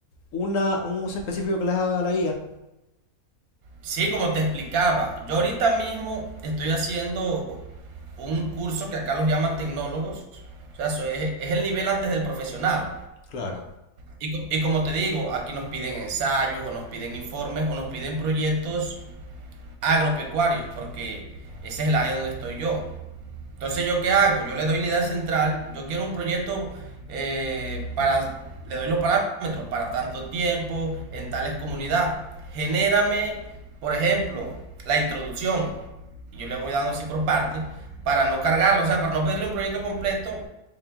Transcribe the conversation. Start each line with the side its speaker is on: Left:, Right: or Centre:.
Left: una, un uso específico que le has dado a la IA.
Right: Sí, como te explicaba, yo ahorita mismo estoy haciendo un curso que acá los llaman tecnólogos. O sea, so- es, es el nivel antes del profesional.
Left: Claro.
Right: Y, co- y como te digo, aquí nos piden ensayos o nos piden informes o nos piden proyectos agropecuarios, porque ese es el área donde estoy yo. Entonces, ¿yo qué hago? Yo le doy la idea central, yo quiero un proyecto eh, para, le doy los parámetros, para tanto tiempo, en tales comunidades. Genérame, por ejemplo, la introducción, y yo le voy dando así por parte, para no cargarlo, o sea, para no pedirle un proyecto completo,